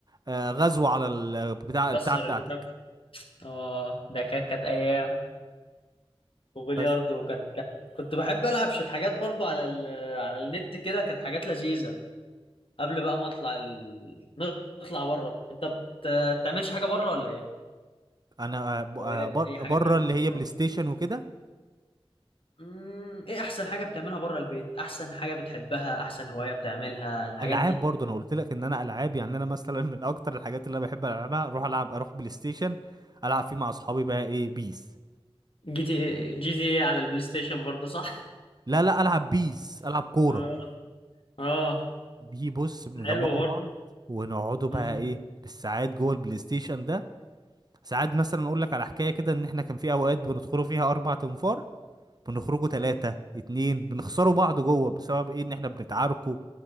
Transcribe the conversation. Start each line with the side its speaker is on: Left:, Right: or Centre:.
Right: آه، غزو على ال- بتاع
Left: يكسر
Right: البتاع بتاعتك
Left: البتاع اه ده كا- كانت ايام وبلياردو
Right: بس
Left: كان كان كنت بحب العب شويه حاجات برضو على ال... على النت كده كانت حاجات لذيذه قبل بقى ما اطلع ال... نطلع بره انت بت- بتعملش حاجه بره ولا ايه
Right: انا آه، ب- آه،
Left: هوايات
Right: بر-
Left: اي حاجه
Right: بره
Left: تعملها
Right: اللي هي
Left: بره
Right: بلاي ستيشن وكده
Left: امم ايه احسن حاجه بتعملها بره البيت احسن حاجه بتحبها احسن هوايه بتعملها الحاجات
Right: العاب
Left: دي
Right: برضه انا قلت لك ان انا العاب يعني انا مثلا من اكتر الحاجات اللي انا بحب العبها اروح العب اروح بلاي ستيشن العب فيه مع اصحابي بقى ايه بيس
Left: جي تي إيه، جي تي إيه على البلاي ستيشن برضه صح
Right: لا لا العب بيس العب كوره
Left: اه اه
Right: بي بص بنجمعوا
Left: حلو برضه
Right: بعض ونقعدوا بقى
Left: امم
Right: ايه بالساعات جوه البلاي ستيشن ده ساعات مثلا اقول لك على حكايه كده ان احنا كان في اوقات بندخلوا فيها اربع تنفار بنخرجوا ثلاثه اتنين بنخسروا بعض جوه بسبب ايه ان احنا بنتعاركوا